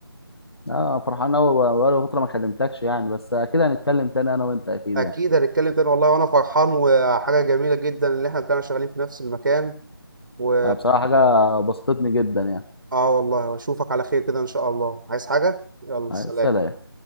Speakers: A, on the left; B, on the right.
A: أنا فرحان أوي بقى- بقالي فترة ما كلمتكش يعني بس أكيد هنتكلم تاني أنا وأنت أكيد
B: اكيد
A: يعني
B: هنتكلم تاني والله وانا فرحان وحاجه جميله جدا اللي احنا طلعنا شغالين في نفس المكان و...
A: بصراحة حاجة بسطتني جدا
B: اه والله واشوفك على خير كده ان شاء الله عايز حاجه يلا
A: يعني
B: سلام
A: سلام